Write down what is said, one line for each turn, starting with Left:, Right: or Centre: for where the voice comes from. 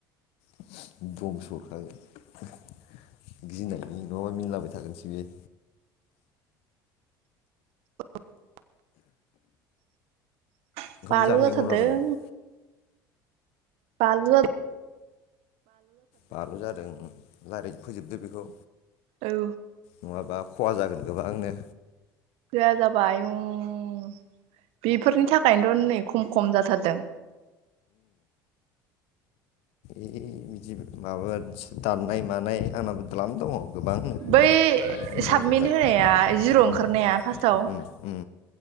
Left: <unintelligible> गिनायनि नङाबा मिनिलाबाय थागोनसो बेयो।
Right: <unintelligible>
Left: ओंखाम
Right: बालु
Left: जानो
Right: जाथादों।
Left: लिंहरलाबाय नोंखौ
Right: बालु जाथ
Left: बालु जादों रायलाय फोजोबदो बेखौ
Right: औ
Left: नङाबा खहा जागोन गोबांनो।
Right: <unintelligible> जाबाय उम बेफोरनि थाख खायनोथ' नै खम खम जाथारदों
Left: ओइ बिदि माबा दाननाय मानाय आंनाबो दलाम दङ' गोबांनो
Right: बै
Left: बांसिन
Right: साबमिट
Left: जाजोब्बाय
Right: होनाया जिर' ओंखारनाया
Left: उम
Right: फार्स्टाव
Left: उम उम